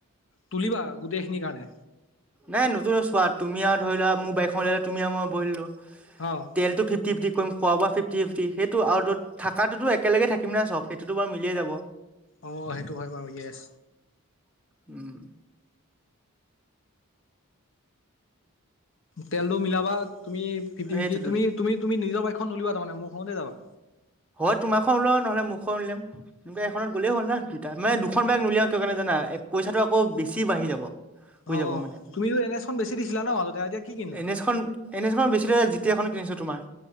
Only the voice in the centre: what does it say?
নাই নতুন চোৱা তুমি আৰু ধৰি লোৱা মোৰ বাইকখন ললে তুমি আৰু মই বহিলো
তেলটো ফিফটি-ফিফটি কৰিম, খোৱা-বোৱা ফিফটি টি ফিফটি সেইটো আৰু ত থাকটোতো একেলগে থাকিম নাই চব সেইটোতো বাৰু মিলিয়েই যাব।
উম
সেইটোতো
হয় তোমাৰখন ওলিওৱা নহ'লে মোৰখন ওলিয়াম তু এইখনত গ'লেই হ'ল ন দুটা মে দুখন বাইক উলিয়া কিয় কাৰণে জানা? এই পইচাটো আকৌ বেছি বাঢ়ি যাব। হৈ
যাবমানে
এনেছখন-এনেছখন বেছি লাগে যেতিয়াখন <unintelligible> তোমাৰ